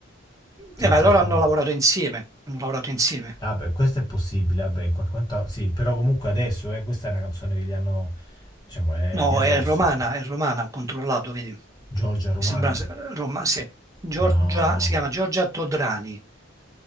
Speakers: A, on the right; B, on the left.
A: Eh,
B: Ti,
A: ma allora
B: ti suona?
A: hanno lavorato insieme. Hanno lavorato insieme.
B: Ah, beh, questo è possibile, vabbè, in qualche momento sì, però comunque adesso, eh, questa è una canzone che gli hanno, diciamo, è
A: No,
B: di adesso.
A: è romana, è romana, ho controllato, vedi.
B: Giorgia Romana?
A: Mi sembra se- Roma, sì. Giorgia,
B: No,
A: si chiama Giorgia Todrani.